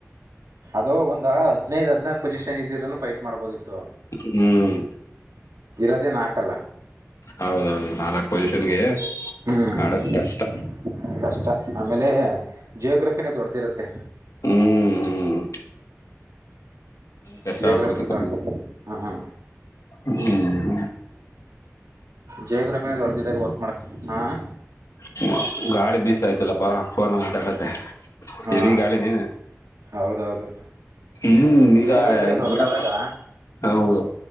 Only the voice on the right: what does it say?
ಅದು ಒಂದ್ ಹದ್ದು ಹದ್ನಾರಕು ಪೊಸಿಷನ್ ಇದ್ದಿರೂ ಫೈಟ್ ಮಾಡ್ಬೋದಿತ್ತು
ಇರೋದೇನು ಹಾಕಲ್ಲ
ಹ್ಮ್
ಕಷ್ಟ ಆಮೇಲೆ ಜಿಯೋಗ್ರಫಿನೇ ದೊಡ್ಡದಿರುತ್ತೆ
ಜಿಯೋಗ್ರಫಿನೇ
ದೊಡ್ಡ ಹಾ ಹಾ
ಜಿಯೋಗ್ರಫಿನೇ ದೊಡಿದ್ದಾಗ ವರ್ಕ್ ಮಾಡೋ ಹಾಂ
ಹಾ
ಹೌದೌದು
ಜಿಯೋಗ್ರಫಿನ ದೊಡ್ಡದಾದಾಗ